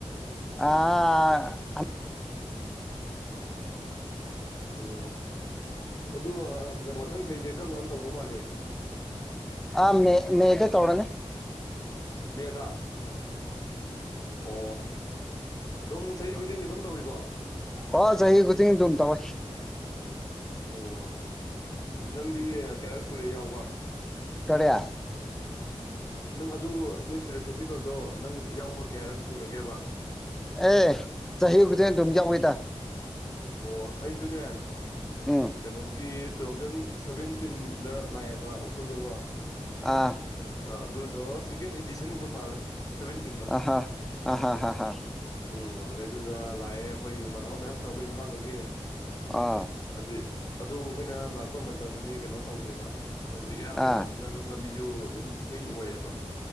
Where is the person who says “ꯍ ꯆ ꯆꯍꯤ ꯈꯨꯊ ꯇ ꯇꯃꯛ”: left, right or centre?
Centre